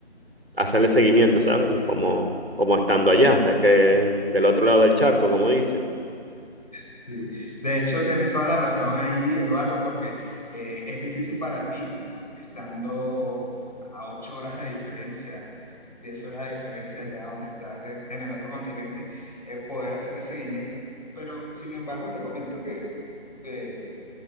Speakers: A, on the right (about 60°); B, on the left (about 40°).
A: hacerle seguimiento, ¿sabes? No es Como, como estando allá, de que, del otro lado del charco, como dicen.
B: Sí, de hecho tienes toda la razón ahí, Eduardo, porque eh, es difícil para ti estando a ocho horas de diferencia, diez horas de diferencia allá donde estás en, en el otro continente, eh, poder hacer el seguimiento. Pero sin embargo, te comento que eh,